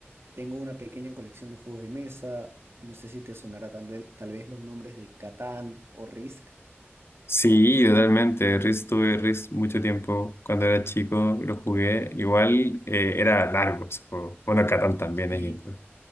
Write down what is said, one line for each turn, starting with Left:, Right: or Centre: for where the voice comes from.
Right: tengo una pequeña colección de juegos de mesa. No sé si te sonará tal vez, tal vez los nombres de Catán o Risk.
Left: Sí, totalmente. Risk tuve Risk mucho tiempo. Cuando era chico lo jugué. Igual eh, era largo ese juego. Bueno, Catán también
Right: y
Left: es, eterno.